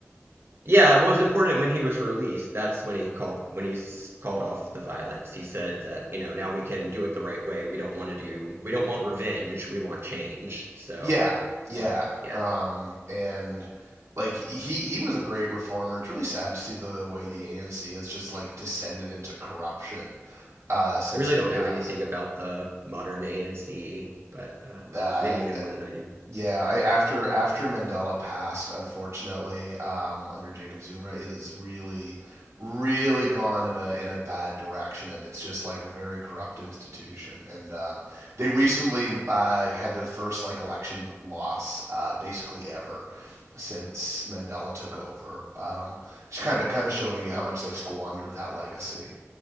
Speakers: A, on the right (about 55°); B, on the right (about 80°).
A: Yeah, it was important when he was released. That's when he called when he s- called off the violence. He said that, you know, now we can do it the right way. We don't want to do we don't want revenge. We want change.
B: <laughs>
A: So
B: yeah, yeah.
A: that yeah.
B: Um and like he he was a great reformer. It's really sad to see the way the ANC has just like descended into corruption uh since
A: I really
B: he
A: don't
B: passed.
A: know anything about the modern ANC, but uh
B: Uh,
A: maybe you know more than I do.
B: Yeah, I, after after Mandela passed, unfortunately, um, under Jacob Zuma, it has really, really gone in a in a bad direction, and it's just like a very corrupt institution. And um, they recently uh, had their first like election loss, uh, basically ever since Mandela took over. Um, just kind of kind of showing you how much they've squandered that legacy.